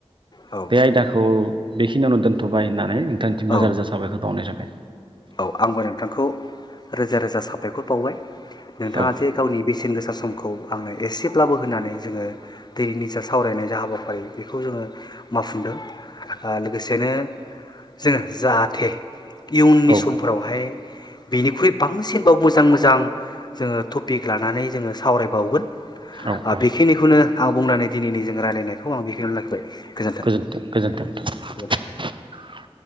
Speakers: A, on the left (about 40°); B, on the right (about 50°).
A: औ
B: बे आयदाखौ बेखिनियावनो दोनथ'बाय होननानै नोंथांनिसिम
A: औ
B: रोजा रोजा साबायखर बावनाय थाबाय।
A: औ आंबो नोंथांखौ रोजा रोजा साबायखर बावबाय। नोंथाङा
B: औ
A: जे गावनि बेसेन गोसा समखौ आंनो एसेब्लाबो होनानै जोङो दैनि जा सावरायनाय जा हाबाफारि बेखौ जोङो मावफुंदों ओ लोगोसेनो जोङो जाहाथे इयुननि
B: औ
A: समफोरावहाय बेनिख्रुइ बांसिनबाव मोजां मोजां जोङो टपिक लानानै जोङो सावरायबावगोन।
B: औ
A: ओ
B: औ
A: बेखिनिखौनो आं बुंनानै दिनैनि जों रायलायनायखौ आं बेखिनि आवनो लाखिबाय। गोजोन्थों
B: गोजोनथों गोजोन्थों <unintelligible>
A: गोजोन्थों।